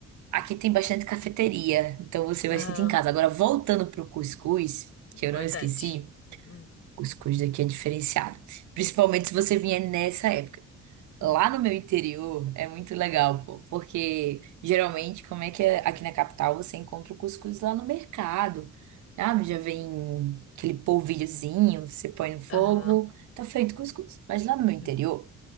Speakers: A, on the right (about 70°); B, on the left (about 50°).
A: Aqui tem bastante cafeteria, então você
B: aham,
A: vai sentir em casa. Agora, voltando pro cuscuz,
B: importante.
A: que eu não esqueci,
B: Hum,
A: o cuscuz daqui é diferenciado. Principalmente se você vier nessa época.
B: hum,
A: Lá no meu interior é muito legal, pô, porque geralmente, como é que é? aqui na capital você encontra o cuscuz lá no mercado, sabe?
B: uhum,
A: Já vem aquele polvilhozinho, você põe no fogo,
B: aham,
A: tá feito cuscuz. Mas lá no meu interior,
B: uhum,